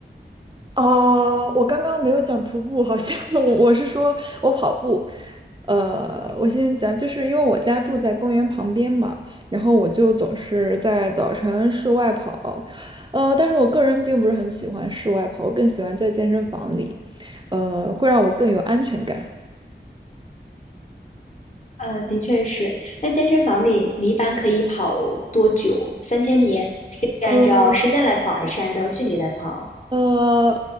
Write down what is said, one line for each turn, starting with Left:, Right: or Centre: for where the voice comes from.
Right: 哦，我刚刚没有讲徒步，好像 <laughs> 我我是说我跑步。呃，我先讲，就是因为我家住在公园旁边嘛，然后我就总是在早晨室外跑。呃，但是我个人并不是很喜欢室外跑，我更喜欢在健身房里，呃，会让我更有安全感。
Left: 呃，的确是。那健身房里，你一般可以跑多久？三千米是按照时间来跑，
Right: 呃
Left: 还是按照距离来跑？
Right: 呃，